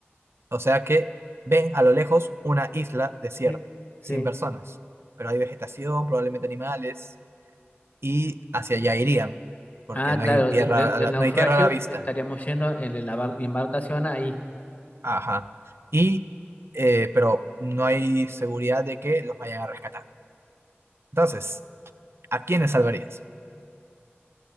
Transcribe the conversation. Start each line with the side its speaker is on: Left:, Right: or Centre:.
Right: O sea que ven a lo lejos una isla desierta,
Left: Sí. Sí.
Right: sin personas, pero hay vegetación, probablemente animales, y hacia allá irían, porque
Left: Ah,
Right: no
Left: claro,
Right: hay tierra,
Left: de- de- del
Right: a la-
Left: naufragio
Right: no hay tierra a la vista.
Left: estaríamos yendo en la bar- embarcación ahí.
Right: Ajá. Y, eh, pero no hay seguridad de que los vayan a rescatar. Entonces, ¿a quiénes salvarías?